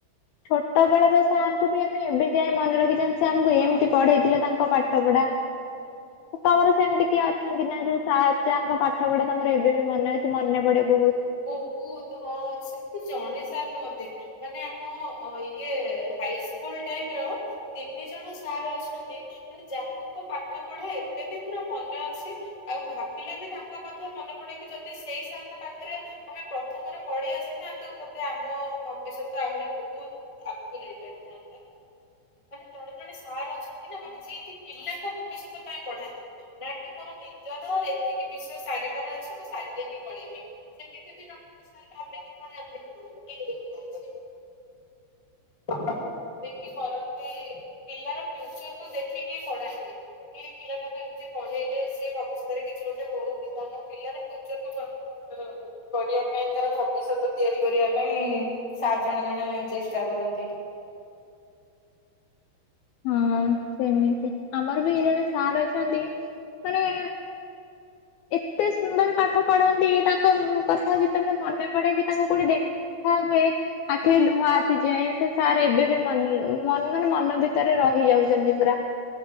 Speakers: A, on the left; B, on the left.
A: ଛୋଟ ବେଳର ସାର୍ଙ୍କୁ ବି ଆମେ ଏବେ ଯାଏ ମନେ ରଖିଛନ୍ତି ସେ ଆମକୁ ଏମିତି ପଢେଇଥିଲେ ତାଙ୍କ ପା ପାଠପଢା। ତମର ସେମିତି କିଏ ଅଛନ୍ତି ନା ଯୋଉ ସା ଜାହାଙ୍କ ପାଠ ପଢା ତମର ଏବେ ବି ମନେ ଅଛି ମନେ ପଡେ ବହୁତ।
B: ବହୁତ ହଁ ସେମିତି ଜଣେ ସାର୍ ନୁହଁନ୍ତି। ମାନେ ଆମ ଇଏ ହାଇ ସ୍କୁଲ ଟାଇମ ର ତିନି ଜଣ ସାର୍ ଅଛନ୍ତି ମାନେ ଯାହାଙ୍କ ପାଠ ପଢା ଏବେ ବି ପୁରା ମନେ ଅଛି ଆଉ ଭାବିଲେ ବି ତାଙ୍କ କଥା ମନେ ପଡେ କି ଯଦି ସେଇ ସାରଙ୍କ ପାଖ ରେ ଆମେ ପ୍ରଥମରୁ ପଢି ଆସିଥାନ୍ତୁ ବୋଧେ ଆମ ଭବିଷ୍ୟତ ଆହୁରି ବହୁତ ଆଗକୁ ଯାଇପାରିଥାନ୍ତା ମାନେ ଜଣେ ଜଣେ ସାର୍ ଅଛନ୍ତି ନା ମାନେ ଯିଏକି ପିଲାଙ୍କ ଭବିଷ୍ୟତ ପାଇଁ ପଢାନ୍ତି ନା କି ମୋର ନିଜର ଏତିକି ବିଷୟ ସାରିବାର ଅଛି ମୁଁ ସାରିଦେଇକି ପଳେଇବି। ସେମିତି ବି ଜଣେ ଜଣେ ସାର୍ ବାଗେଇକି ପଢ଼ାନ୍ତି <inaudible> <inaudible> ବେଗି କରନ୍ତି। ପିଲାର ଫ୍ୟୁଚର କୁ ଦେଖିକି ପଢାନ୍ତି କି ପିଲାଟାକୁ ନିଜେ ପଢେଇଲେ ସେ ଭବିଷ୍ୟତରେ କିଛି ଗୋଟେ ହଉକି କି କଣ ପିଲାର ଫ୍ୟୁଚରକୁ ଯଗିକି ପୁରା ରଖନ୍ତି। କରିବା ପାଇଁ ତାର ଭବିଷ୍ୟତ ତିଆରି କରିବା ପାଇଁ ସାର୍ ଜଣେ ଜଣେ ଚେଷ୍ଟା କରନ୍ତି।
A: ହଁ ସେମିତି ଆମର ବି ଏ ଜଣେ ସାର୍ ଅଛନ୍ତି ମାନେ
B: ହ
A: ଏତେ ସୁନ୍ଦର ପାଠ ପଢନ୍ତି ତାଙ୍କ କଥା ଯେତେବେଳେ ମନେ ପଡେ କିି ତାଙ୍କୁ କୋଉଠି ଦେ ଦେଖା ହୁଏ ଆଖିରେ ଲୁହ ଆସିଯାଏ ସେ ସାର୍ ଏବେ ବି ମନରେ ମନ ମାନେ ମନ ଭି ଭିତରେ ରହି ଯାଉଛନ୍ତି ପୁରା।